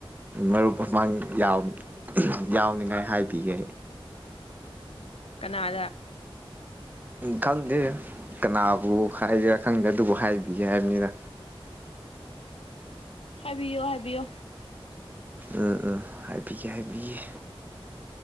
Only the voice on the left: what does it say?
ꯀꯅꯥꯗ
ꯍꯥꯏꯕꯤꯌꯣ ꯍꯥꯏꯕꯤꯌꯣ